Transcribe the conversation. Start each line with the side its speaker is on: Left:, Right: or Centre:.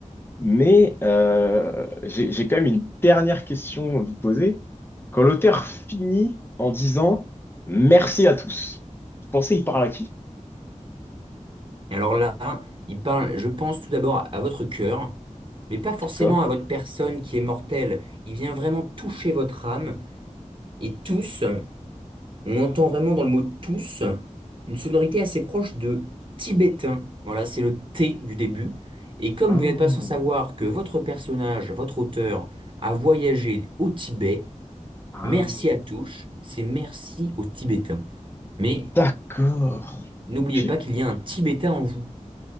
Left: mais euh, j'ai, j'ai quand même une dernière question à vous poser. Quand l'auteur finit en disant merci à tous, vous pensez il parle à qui?
Right: Et Alors là, il parle, je pense tout d'abord à, à votre cœur, mais pas forcément
Left: D'accord.
Right: à votre personne qui est mortelle. Il vient vraiment toucher votre âme. Et tous, on entend vraiment dans le mot tous une sonorité assez proche de tibétain. Voilà, c'est le T du début. Et comme
Left: Ah,
Right: vous n'êtes pas sans savoir que votre personnage, votre auteur, a voyagé au Tibet,
Left: ah,
Right: merci à tous, c'est merci aux Tibétains. Mais
Left: d'accord.
Right: N'oubliez
Left: J'ai-
Right: pas qu'il y a un Tibétain en vous.